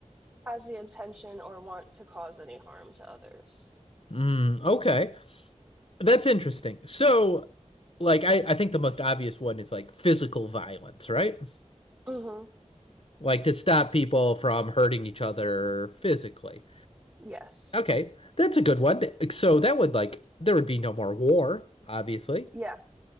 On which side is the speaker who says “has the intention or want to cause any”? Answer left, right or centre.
Right